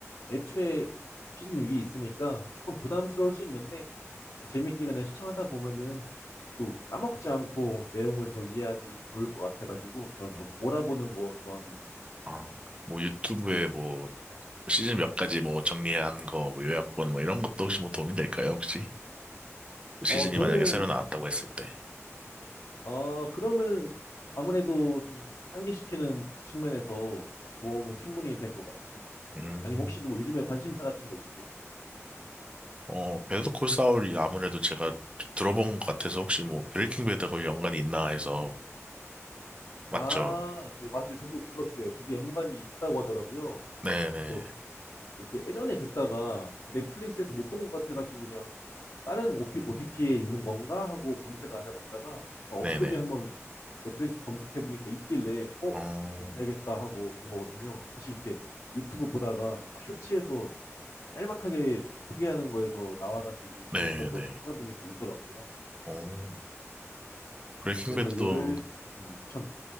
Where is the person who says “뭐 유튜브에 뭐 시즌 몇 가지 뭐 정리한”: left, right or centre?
Right